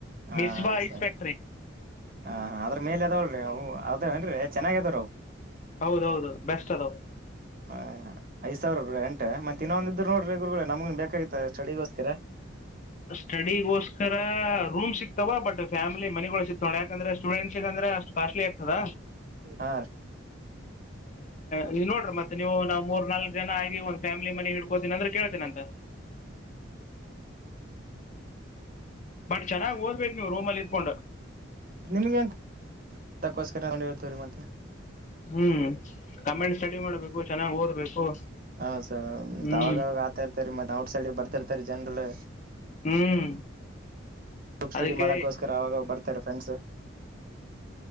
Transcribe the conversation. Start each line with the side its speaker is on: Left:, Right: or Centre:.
Right: ಹಾ
Left: ಮಿಸ್ಬಾ
Right: ಸರಿ
Left: ಐಸ್ ಫ್ಯಾಕ್ಟ್ರಿ
Right: ಹ ಅದ್ರ ಮೇಲೆ ಅದಾವಳ್ರೀ ಹ ಅದ ಏನ್ ಚೆನ್ನಾಗ್ಯದಾವ್ರ
Left: ಹೌದೌದು ಬೆಸ್ಟ್ ಅದು
Right: ಹಾ ಐದ್ ಸಾವಿರ ಎ ಮ ಮತ್ತ ಇನ್ನೊಂದಿದ್ರರು ನೋಡ್ರಿ ಗ ನಮಗ ಬೇಕಾಗಿತ್ತ ಸ್ಟಿಗೋಸ್ಕರ
Left: ಸ್ಟಡಿಗೋಸ್ಕರ ರೂಮ್ ಸಿಗ್ತಾವ ಬಟ್ ಫ್ಯಾಮಿಲಿ ಮನೆಗಳ ಸಿಗ್ತಾವ ಕ್ರೆ ಸೂಡೆಂಸ್ಗ ಅ್ರ ಅಷ್ಟ ಕಾಸ್ಲಿ ಆಗ್ತದ
Right: ಹ
Left: ನೀ ನೋಡ್ರಿ ಮತ್ತ ನೀವು ನಾವ್ ಮೂರ್ ನಾಲ್ಕ್ ಜನ ಆಗಿ ಒಂದ್ ಫ್ಯಾಮಿಲಿ ಮನೆ ಹಿಡ್ಕೋತೀನಿ ಅಂದ್ರೆ ಕೇಳ್ತೀನಂತ ಬಟ್ ಚೆನ್ನಾಗ್ ಓದ್ಬೇಕೇು ನೀವವು ರೂಮ್ ಅಲ್ಲಿ ಇಕೊಂಡು
Right: ನಿಮ್ಗೆ ನ್ ಅದಕ್ಕೋಸ್ಕರ ತಗೊಂಡು ಹೇಳ್ತೇವ್ರೀ ಮತ್ತೆ <unintelligible>
Left: ಹ್ಮ್ ಕಮಿ ಸ್ಟಡಿ ಮಾಡ್ಬೇಕು ಚೆನ್ನಾಗ್ ಓದ್ಬೇಕು
Right: ಹಾ ಸರ್ ಮತ್
Left: ಹ್ಮ್
Right: ಅವಾಗಾಗ ಆತಾ ಇರ್ತರಿ ಮತ್ತೆ ಔಟ್ ಸೈಡ್ ಬರ್ತಾರ್ತಾರಿ ಜನ್ರು
Left: ಹ್ಮ್
Right: ಗ್ರೂಪ್ ಸ್ಟಡಿ
Left: ಅದಕ್ಕೆ
Right: ಮಾಡಕೋಸ್ಕರ ಅವಾಗ ಬರ್ತಾರೆ ಫ್ರೆಂಡ್ಸ್